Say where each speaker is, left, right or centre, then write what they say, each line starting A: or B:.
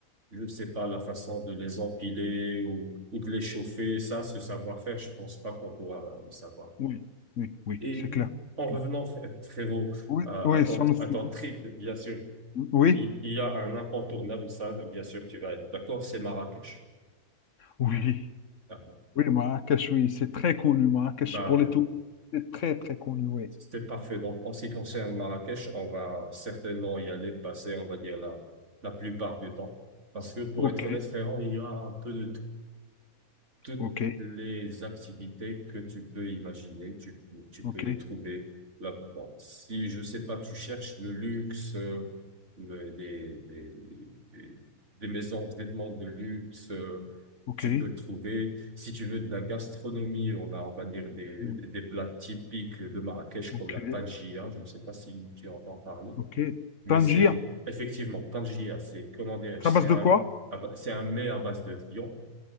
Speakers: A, on the right; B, on the left.
A: je ne sais pas, la façon de les empiler ou, ou de les chauffer, ça, ce savoir-faire, je pense pas qu'on pourra le savoir.
B: Oui, oui, oui,
A: Et
B: c'est clair.
A: en
B: clair.
A: revenant, fré- frérot,
B: Oui,
A: à,
B: oui,
A: à ton,
B: sur le sujet.
A: à ton trip, bien sûr,
B: Oui,
A: il, il y a un incontournable, ça, bien sûr, tu vas être d'accord, c'est Marrakech.
B: oui,
A: Ah,
B: oui, Marrakech, oui, c'est très connu, Marrakech,
A: Bah,
B: pour les touristes, c'est très, très connu, oui.
A: C'était parfait. Donc, en ce qui concerne Marrakech, on va certainement y aller passer, on va dire, la, la plupart du temps. Parce que, pour
B: Ok,
A: être honnête, frérot, il y a un peu de toutes
B: ok,
A: les activités que tu peux imaginer, tu, tu
B: ok,
A: peux les trouver là-bas. Bon, si, je sais pas, tu cherches le luxe, euh, le- des, des, des, des maisons de vêtements de luxe, euh,
B: ok,
A: tu peux le trouver. Si tu veux de la gastronomie, on a, on va dire, des,
B: mm,
A: des des plats typiques de Marrakech
B: ok,
A: comme la tangia. Je ne sais pas si tu entends parler.
B: ok.
A: Mais
B: Tangier,
A: c'est effectivement, tangia, c'est, comment dirais-je,
B: ça
A: c'est
B: base de
A: un,
B: quoi?
A: à ba- c'est un mets à base de viande